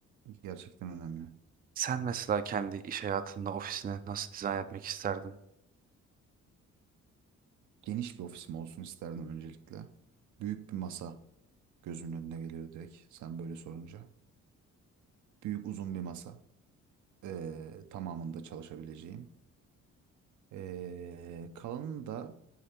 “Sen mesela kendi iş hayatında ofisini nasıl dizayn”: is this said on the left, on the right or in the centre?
Right